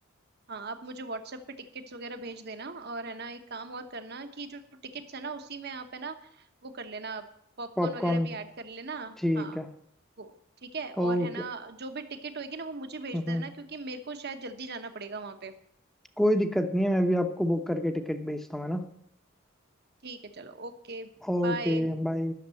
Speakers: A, on the right; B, in the centre.
A: हाँ आप मुझे व्हाट्सएप पे टिकट्स वगैरह भेज देना और है ना एक काम और करना कि जो टिकट्स है ना उसी में आप है ना वो कर लेना पॉपकॉर्न
B: पॉपकॉर्न
A: वगैरह भी ऐड कर लेना
B: ठीक
A: हाँ
B: है
A: वो ठीक है और
B: ओके
A: है ना जो भी टिकट होगी ना वो मुझे भेज
B: हम्म
A: देना
B: हम्म,
A: क्योंकि मेरे को शायद जल्दी जाना पड़ेगा वहां पे
B: कोई दिक्कत नहीं है मैं भी आपको बुक करके टिकट भेजता हूँ है ना
A: ठीक है चलो ओके
B: ओके
A: बाय
B: बाय